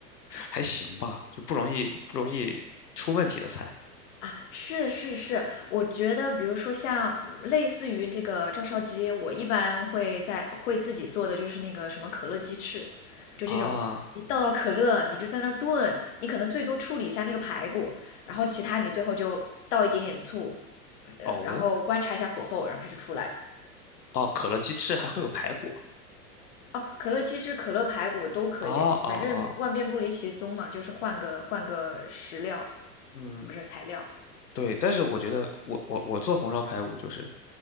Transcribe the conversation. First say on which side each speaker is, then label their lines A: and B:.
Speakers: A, on the left; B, on the left.
A: 还行吧，就不容易不容易出问题的菜
B: 啊，是是是，我觉得比如说像嗯类似于这个照烧鸡，我一般会在会自己做的就是那个什么可乐鸡翅，就这种，
A: 啊。
B: 你倒倒可乐，你就在那儿炖，你可能最多处理一下那个排骨，然后其他你最后就倒一点点醋，呃，
A: 哦
B: 然后观察一下火候，然后它就出来了。
A: 哦，可乐鸡翅还会有排骨
B: 哦，可乐鸡翅、可乐排骨都可以，
A: 啊啊啊，
B: 反正万变不离其宗嘛，就是换个换个食料，
A: 嗯。
B: 不是材料。
A: 对，但是我觉得我我我做红烧排骨就是，